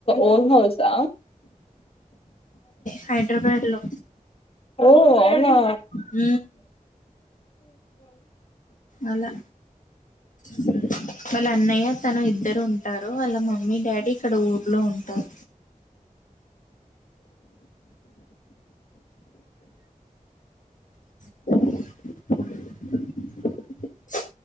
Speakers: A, on the left; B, on the left.
A: ఓన్ హౌస్ా
B: హైదరాబాద్ లో
A: ఓ అవునా
B: హ అలా <inaudible> వాళ్ళ అన్నయ్య తన ఇద్దరు ఉంటారు వాళ్ళ మమ్మీ డాడీ ఇక్కడ ఊర్లో ఉంటారు <inaudible>